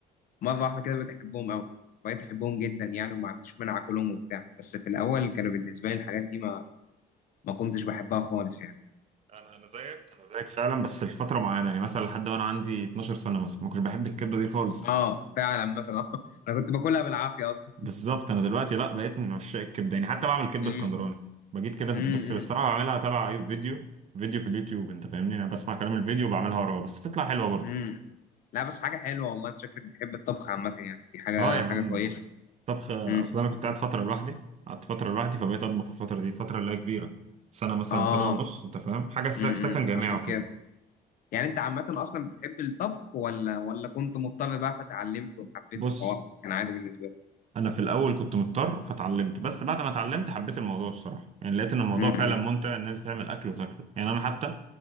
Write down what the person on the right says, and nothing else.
انا انا زيك انا زيك فعلا بس لفتره معينه يعني مثلا لحد وانا عندي 12 سنه مثلا ما كنتش بحب الكبده دي خالص
بالظبط انا دلوقتي لا بقيت من عشاق الكبده يعني حتى بعمل كبده
اسكندراني بجيب كده
بس
الصراحه بعملها تبع اي فيديو فيديو في اليوتيوب انت فاهمني انا بسمع كلام الفيديو وبعملها وراه بس بتطلع حلوه برضه
اه يا عم
طبخ اصل
انا كنت قاعد فتره لوحدي قعدت فتره لوحدي فبقيت اطبخ في الفتره دي فتره اللي هي كبيره سنه مثلا
سنه ونص انت فاهم حاجه سك-
سكن جامعي
وكده
بص
انا في الاول كنت مضطر فاتعلمت بس بعد ما اتعلمت حبيت الموضوع الصراحه يعني لقيت ان الموضوع
فعلا ممتع الناس تعمل اكل وتاكله يعني انا حتى